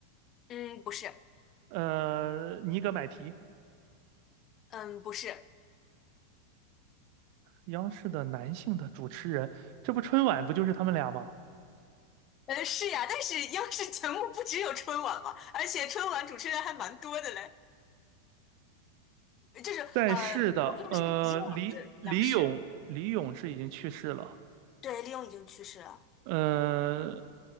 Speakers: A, on the left; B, on the right.
A: 嗯不是
B: 呃尼格买提。
A: 嗯不是
B: 央视的男性的主持人，这不春晚不就是他们俩吗？
A: 呃是呀，但是央视节目不只有春晚嘛，而且春晚主持人还蛮多的嘞，就是呃我看的是以往的央视。
B: 在世的，呃，李李咏，李咏是已经去世了，
A: 对，利用已经去世了。
B: 呃，